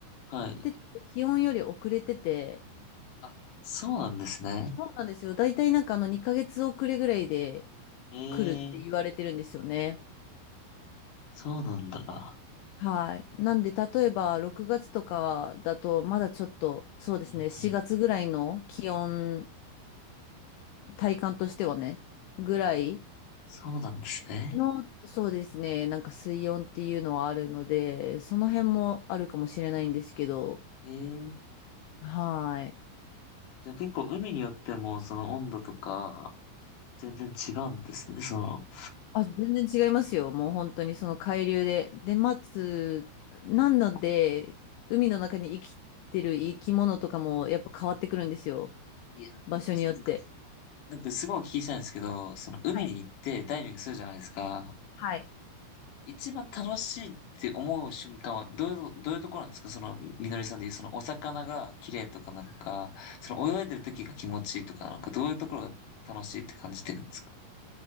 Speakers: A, on the left; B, on the left.
A: はい。
B: てちょっと気温より遅れてて、
A: あ、そうなんですね。
B: そうなんですよ。だいたいなんかあの2ヶ月遅れぐらいで
A: え
B: 来るって言われてるんですよね。
A: え、そうなんだ。
B: はい。なんで、例えば6月とかだと、まだちょっと、そうですね、
A: うんうん。
B: 4月ぐらいの気温体感としてはね、ぐらい
A: そうなんですね。
B: の、そうですね、なんか水温っていうのはあるので、その辺もあるかもしれないんですけど、
A: ええ、
B: はい。
A: じゃあ結構海によってもその温度とか全然違うんですね、その。
B: あ、全然違いますよ。もう本当にその海流で。で、待つ、なので、海の中に生きてる生き物とかもやっぱ変わってくるんですよ。
A: いや、
B: 場所によって。
A: いいですね。なんかすごいお聞きしたいんですけど、その海に行ってダイビングするじゃないですか。
B: はい。はい。
A: 一番楽しいって思う瞬間はどういう、どういうところなんですかそのみのりさんで言うそのお魚が綺麗とかなのか、
B: うん
A: その泳いでる時が気持ちいいとか、なのかどういうところが楽しいって感じてるんですか